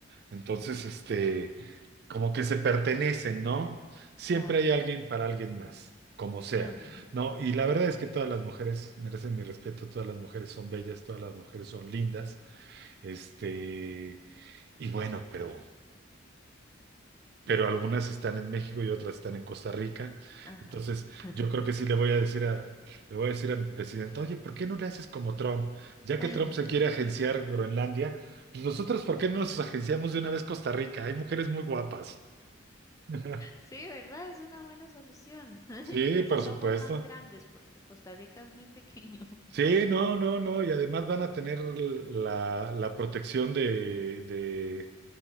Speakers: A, on the right; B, on the left.
A: Entonces, este, como que se pertenecen, ¿no? Siempre
B: claro.
A: hay alguien para alguien más, como sea,
B: Ujú,
A: ¿no? Y la verdad es que todas las mujeres merecen mi respeto, todas las mujeres son bellas, todas las mujeres son lindas, este, y bueno, pero... Pero algunas están en México y otras están en Costa Rica.
B: Ajá.
A: Entonces,
B: <laughs>
A: yo creo que sí le voy a decir a, le voy a decir a mi presidente, oye, ¿por qué no le haces como Trump? Ya que
B: <laughs>
A: Trump se quiere agenciar Groenlandia, pues nosotros, ¿por qué no nos agenciamos de una vez Costa Rica? Hay mujeres muy guapas. <laughs>
B: Sí, ¿verdad? Es una buena solución. <laughs>
A: Sí,
B: Y así
A: por
B: somos
A: supuesto.
B: más grandes porque Costa Rica es muy pequeño.
A: Sí, no, no, no. Y además van a tener la, la protección de, de,